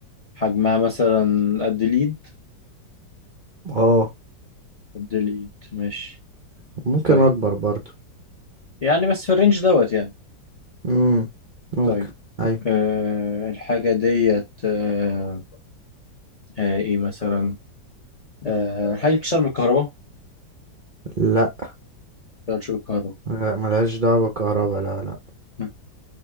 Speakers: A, on the left; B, on the right.
A: حجمها مثلا قد الإيد
B: اه
A: قد الإيد ماشي
B: ممكن
A: طيب
B: أكبر برضو
A: يعني بس في الرينج دوت يعني
B: مم. ممكن
A: طيب
B: أي
A: أه الحاجة ديت أه آه، ايه مثلا آه، الحاجة بتشتغل بالكهرباء؟ ما
B: لا
A: بتشتغلش بالكهرباء
B: لا ملهاش دعوة بالكهرباء لا لا
A: مم.